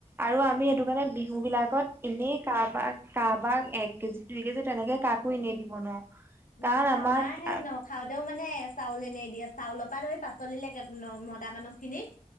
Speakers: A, on the right; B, on the left.
A: আৰু আমি সেইটো কাৰণে বিহু বিলাকত এনেই কাৰবাক কাৰোবাক এক। কেজি দুই কেজি তেনেকে কাকো নিদিব ন
B: উম
A: কাৰণ আমাক
B: আমাৰ সেই ন খাওঁতেও মানে চাউল এনেই দিয়ে চাউলৰ পৰা ধৰি পাচলি লৈকে নৰ্মদা মানুহ খিনিক